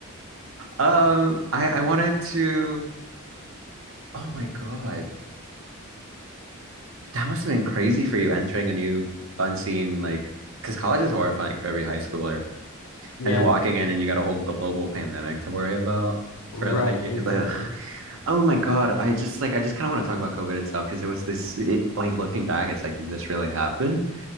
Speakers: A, on the right; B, on the left.
A: Um, I I wanted to. Oh my God, that must have been crazy for you entering a new unseen like, because college is horrifying for every high schooler,
B: Yeah,
A: and then Yeah. walking in and you got a whole global pandemic to worry about
B: right,
A: for like a Oh, year.
B: exactly.
A: like, ugh. oh my God, I just like I just kind of want to talk about COVID itself because it was this it, like looking back, it's like did this really happened.